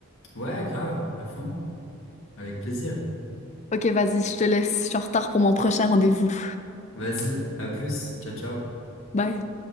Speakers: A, on the left (about 70°); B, on the left (about 30°).
A: Ouais, grave, à fond, avec plaisir.
B: Ok, vas-y, je te laisse. Je suis en retard pour mon prochain rendez-vous.
A: Vas-y, à plus, ciao, ciao.
B: Bye.